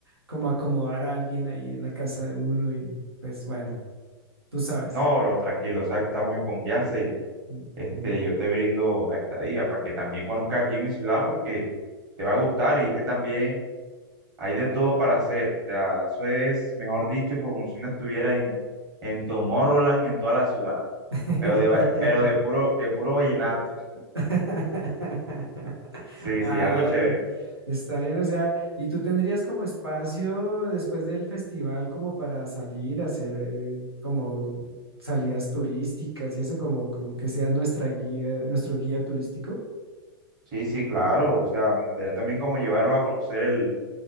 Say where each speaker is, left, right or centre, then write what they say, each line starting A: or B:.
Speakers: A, on the right; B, on the right.
A: como acomodar a alguien ahí en la casa de uno y pues bueno, tú sabes.
B: No, bro, tranquilo, sabes que estamos en confianza y
A: Mm,
B: este,
A: mm.
B: yo te brindo la estadía para que también conozcas aquí mi ciudad porque te va a gustar y es que también hay de todo para hacer. O sea, eso es, mejor dicho, como si uno estuviera en, en Tomorrowland, en toda la ciudad.
A: <laughs>
B: pero de, va- pero de puro, de puro vallenato.
A: <laughs>
B: Sí,
A: Ah,
B: sí, algo chévere.
A: está bien, o sea, ¿y tú tendrías como espacio después del festival como para salir a hacer eh, como salidas turísticas y eso como, como que seas nuestra guía, nuestro guía turístico?
B: Sí, sí, claro. O sea, me gustaría también como llevarlo a conocer el,